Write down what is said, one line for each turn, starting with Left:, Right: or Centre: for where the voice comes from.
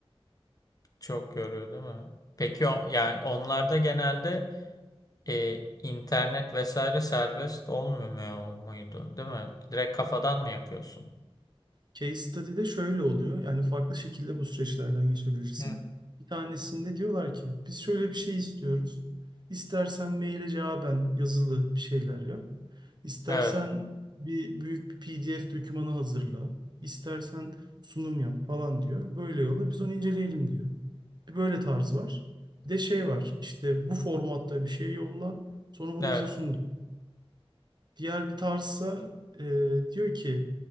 Left: Çok yoruyor değil mi? Peki o, yani onlarda genelde e, internet vesaire serbest olmuyor muydu, değil mi? Direkt kafadan mı yapıyorsun?
Right: Case study'de şöyle oluyor. Yani farklı şekilde bu süreçlerden geçebilirsin.
Left: Hı.
Right: Bir tanesinde diyorlar ki biz şöyle bir şey istiyoruz. İstersen maile cevaben yazılı bir şeyler yap. İstersen
Left: Evet,
Right: bir büyük bir PDF dokümanı hazırla. İstersen sunum yap falan diyor. Böyle yolla biz onu inceleyelim diyor. Bir böyle tarz var. Bir de şey var. İşte bu formatta bir şey yolla. Sonra bunu
Left: evet,
Right: bize sun diyor. Diğer bir tarzsa e, diyor ki